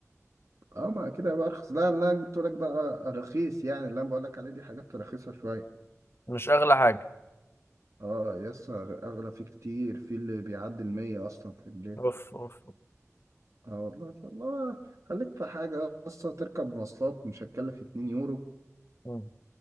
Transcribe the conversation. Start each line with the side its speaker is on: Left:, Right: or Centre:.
Right: اه ما كده يبقى ارخص لا اللي انا جبت لك بقى رخيص يعني اللي انا بقول لك عليه دي حاجات رخيصة شوية
Left: مش اغلى حاجه
Right: اه يس اغلى فيه كتير في اللي بيعدي المية اصلا في الليل
Left: اوف اوف
Right: اه والله الله خليك في حاجة اصلا تركب مواصلات مش هتكلف اتنين يورو
Left: مم.